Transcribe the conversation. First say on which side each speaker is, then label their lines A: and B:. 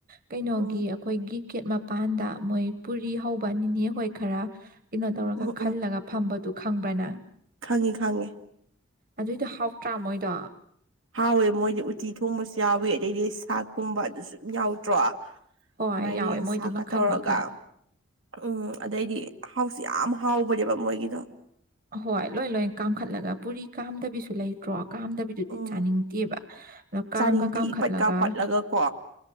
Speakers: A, on the right; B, on the right.
A: ꯀꯩꯅꯣꯒꯤ
B: ꯎꯝ
A: ꯑꯩꯈꯣꯏꯒꯤ ꯒꯦꯠ ꯃꯄꯥꯟꯗ ꯃꯣꯏ ꯄꯨꯔꯤ ꯍꯧꯕ ꯅꯤꯅꯦ ꯍꯣꯏ ꯈꯔ ꯀꯩꯅꯣ ꯇꯧꯔꯒ
B: ꯎꯝ
A: ꯈꯜꯂꯒ ꯐꯝꯕꯗꯨ ꯈꯪꯕ꯭ꯔ ꯅꯪ
B: ꯈꯪꯉꯤ ꯈꯪꯉꯤ
A: ꯑꯗꯨꯗꯣ ꯍꯥꯎꯇ꯭ꯔ ꯃꯣꯏꯗꯣ
B: ꯍꯥꯎꯋꯦ ꯃꯣꯏꯗꯤ ꯎꯇꯤ ꯊꯣꯡꯕꯁꯨ ꯌꯥꯎꯋꯤ ꯑꯗꯩꯗꯤ ꯁꯥꯛꯀꯨꯝꯕ ꯑꯗꯨꯁꯨ ꯑꯗꯨꯝ ꯌꯥꯎꯗ꯭ꯔꯣ
A: ꯍꯣꯏ
B: ꯃꯥꯏꯔꯦꯟ
A: ꯌꯥꯎꯋꯦ ꯃꯣꯏꯗꯤ
B: ꯁꯥꯛꯀ
A: ꯃꯈꯟ
B: ꯇꯧꯔꯒ
A: ꯃꯈꯟ
B: ꯎꯝ ꯑꯗꯩꯗꯤ ꯍꯥꯎꯁꯨ ꯌꯥꯝ ꯍꯥꯎꯕꯅꯦꯕ ꯃꯣꯏꯒꯤꯗꯣ
A: ꯍꯣꯏ ꯂꯣꯏ ꯂꯣꯏ ꯀꯥꯝꯈꯠꯂꯒ ꯄꯨꯔꯤ ꯀꯥꯝꯗꯕꯤꯁꯨ ꯂꯩꯇ꯭ꯔꯣ ꯀꯥꯝꯗꯕꯤ ꯑꯗꯨꯗꯤ
B: ꯎꯝ
A: ꯆꯥꯅꯤꯡꯗꯦꯕ ꯑꯗꯣ ꯀꯥꯝꯒ
B: ꯆꯥꯅꯤꯡꯇꯤ
A: ꯀꯥꯝꯈꯠꯂꯒ
B: ꯏꯄꯠꯀ ꯄꯠꯂꯒ ꯀꯣ